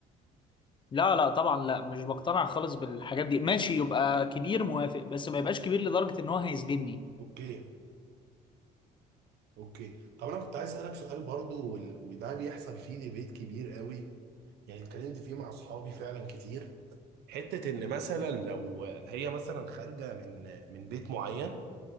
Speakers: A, on the left; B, on the right.
A: لا لا طبعا لا مش بقتنع خالص بالحاجات دي ماشي يبقى كبير موافق بس ما يبقاش كبير لدرجه ان هو هيسجني
B: اوكي اوكي طب انا كنت عايز اسالك سؤال برضو وال- وده بيحصل فيه ديبيت كبير قوي يعني اتكلمت فيه مع اصحابي فعلا كتير حته ان مثلا لو هي مثلا خارجه من من بيت معين